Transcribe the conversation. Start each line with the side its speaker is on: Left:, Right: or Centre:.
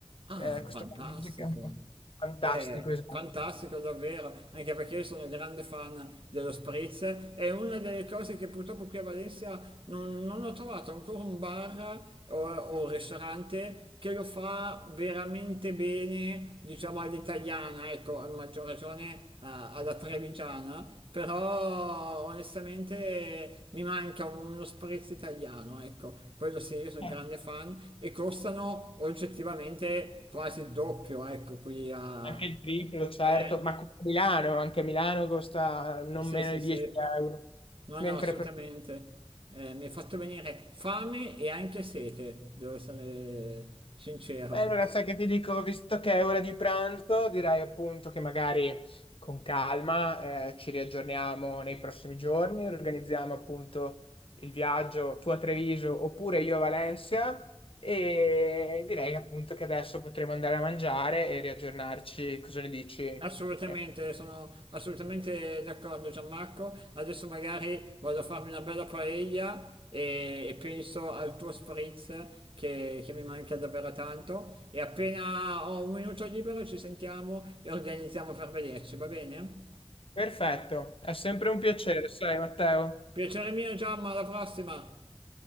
Right: Ah,
Left: Eh, questa
Right: fantastico.
Left: è una legge che è un po' fantastico,
Right: Eh,
Left: esatto.
Right: fantastico davvero, anche perché io sono grande fan dello spritz. È una delle cose che purtroppo qui a Valencia non, non ho trovato ancora un bar o, o un ristorante che lo fa veramente bene, diciamo all'italiana, ecco, a maggior ragione eh, alla trevigiana. Però onestamente mi manca uno spritz italiano, ecco, quello sì, io sono
Left: Eh,
Right: grande fan e costano oggettivamente quasi il doppio, ecco, qui a...
Left: Anche il triplo, certo,
Right: Eh,
Left: ma come a Milano, anche a Milano costa non
Right: sì,
Left: meno
Right: sì,
Left: di
Right: sì,
Left: 10 euro.
Right: no,
Left: Mentre
Right: no, assolutamente.
Left: per...
Right: Eh, mi hai fatto venire fame e anche sete, devo essere sincero.
Left: Beh, allora sai che ti dico, visto che è ora di pranzo, direi appunto che magari con calma eh, ci riaggiorniamo nei prossimi giorni, organizziamo appunto il viaggio tu a Treviso oppure io a Valencia e direi appunto che adesso potremo andare a mangiare e riaggiornarci, cosa ne dici?
Right: Assolutamente,
Left: Eh,
Right: sono assolutamente d'accordo Gianmarco. Adesso magari vado a farmi una bella paella e, e penso al tuo spritz che, che mi manca davvero tanto. E appena ho un minuto libero ci sentiamo e organizziamo per vederci, va bene?
Left: Perfetto, è sempre un piacere, sai Matteo.
Right: Piacere mio Gianma, alla prossima!